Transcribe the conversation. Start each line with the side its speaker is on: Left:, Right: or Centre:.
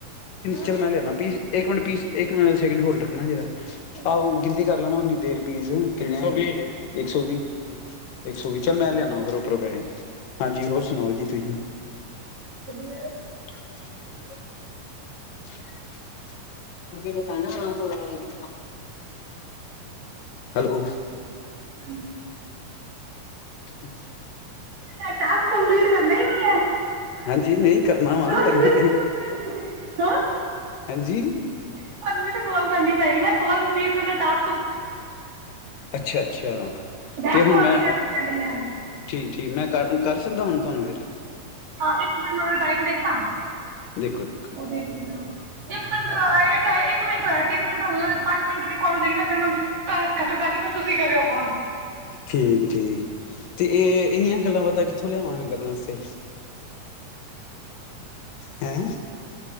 Right: ਬਸ
Left: ਚਲ ਮੈਂ ਲਿਆਣਾ ਇੱਕ ਮਿੰਟ ਪੀਸ ਇੱਕੈਕਿੰਡ ਹੋਲ ਰੱਖਣਾ ਜਿਹੜਾ
Right: ਠੀਕ
Left: ਆਹੋ
Right: ਹੈ
Left: ਗਿਣਤੀ ਕਰ ਲੈਣਾ ਨੀ ਦੇਰ ਪੀਸ ਕਿੰਨੇ ਇੱਕ ਸੌ ਵੀ ਇੱਕ ਸੋ ਵੀ ਚੱਲ ਮੈਂ ਲਿਆਨਾ ਫਿਰ ਉਪਰੋਂ ਪੈਸੇ ਹਾਂਜੀ ਹੋਰ ਸੁਣਾਓ ਜੀ ਤੁਸੀਂ
Right: ਵਧੀਆ
Left: <unintelligible> <unintelligible> ਬਾਨ ਹੈਲੋ
Right: ਹਾਂਜੀ
Left: ਅ
Right: ਮ ਟਾ ਕੰਪਲੀਟ ਕਰਨਾ ਹੀ ਨੀ ਹੈ
Left: ਹਾਂਜੀ ਨਹੀਂ ਕਰਨਾ ਵਾ
Right: ਤੁਹਾਨੂੰ
Left: ਕਰਨਾ
Right: ਵੀ ਕੌਣ ਕਰ ਹੈਂ
Left: ਹਂਜੀ
Right: ਤੁਹਾਨੂੰ ਵੀ ਤਾਂ ਕਾਲ ਕਰਨੀ ਪਏਗੀ ਨਾ ਕੋਾਲ ਰਿਸੀਵ ਕਰਨਾ ਟਾਸ
Left: ਅੱਛਾ ਅੱਛਾ
Right: ਬੈਕ
Left: ਤੇ ਹੁਣ
Right: ਕਾਲ
Left: ਮੈਂ
Right: ਵੀ ਕਰਨੀ ਪੈਣੀ ਹੈ
Left: ਠੀਕ ਠੀਕ ਮੈਂ ਕਰ ਕਰ ਸਕਦਾ ਹੁਣ ਤੁਹਾਨੂੰ ਫਿਰ
Right: ਹਾਂ ਇੱਕ ਮਿੰਟ ਮਾ ਟਾਈਮ ਦੇਖਦਾ
Left: ਦੇਖੋ ਦੇਖੋ
Right: ਇੱਕ ਮਿੰਟ ਇੱਕ ਮਿੰਟ ਆਇ ਤਿੰਨ ਮਿੰਟ ਪੰਜ ਮਿੰਟ ਮ ਕੋਾਲਜ ਹੈਗੀ ਨਾ ਫ ਮੈ ਘਰ ਕੱਟਦਾ ਨ ਮ ਤੁਸੀਂ ਕਰਿਓ ਫੋਨ
Left: ਠੀਕ ਠੀਕ ਤੇ ਇਹ ਇਹਨੀਆਂ ਗੱਲਾਂ ਬਾਤਾਂ ਕਿਥੋ ਲਿਆਵਾਗੇਂ ਗਲਾ ਵਾਸਤੇ ਹੈਂ।